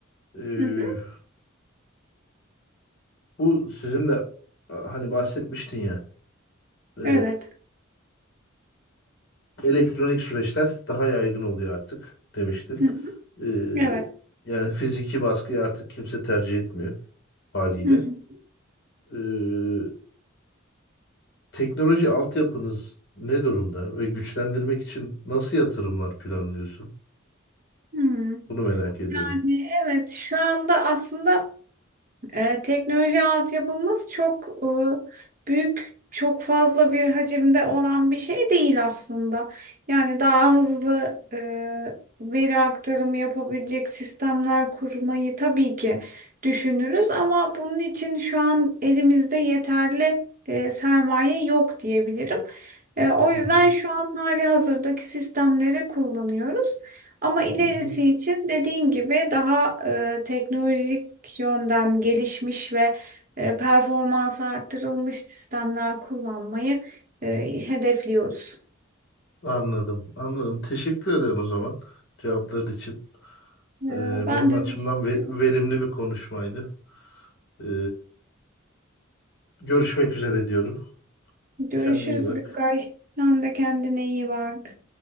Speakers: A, on the left (about 55°); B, on the right (about 40°).
A: eee,
B: Hı hı,
A: Bu sizin de a- hani bahsetmiştin ya e,
B: Evet.
A: elektronik süreçler daha yaygın oluyor artık demiştin.
B: Hı
A: E,
B: Evet.
A: yani fiziki baskıyı artık kimse tercih etmiyor haliyle.
B: hı.
A: E, teknoloji altyapınız ne durumda ve güçlendirmek için nasıl yatırımlar planlıyorsun?
B: Hı hı.
A: Bunu merak ediyorum.
B: Yani evet şu anda aslında E, teknoloji altyapımız çok e, büyük, çok fazla bir hacimde olan bir şey değil aslında. Yani daha hızlı e, veri aktarımı yapabilecek sistemler kurmayı tabii ki düşünürüz ama bunun için şu an elimizde yeterli e, sermaye yok diyebilirim. E, o
A: Hı
B: yüzden
A: hı,
B: şu an hali hazırdaki sistemleri kullanıyoruz. Ama ilerisi
A: hı hı.
B: için dediğin gibi daha e, teknolojik yönden gelişmiş ve e, performansı arttırılmış sistemler kullanmayı e, hedefliyoruz.
A: Anladım, anladım. Teşekkür ederim o zaman cevapların için.
B: E,
A: E,
B: ben
A: benim
B: de
A: açımdan
B: teşekkür
A: ve- verimli bir konuşmaydı. E, Görüşmek üzere diyorum.
B: Görüşürüz
A: Kendine iyi bak.
B: Gökay. Sen de kendine iyi bak.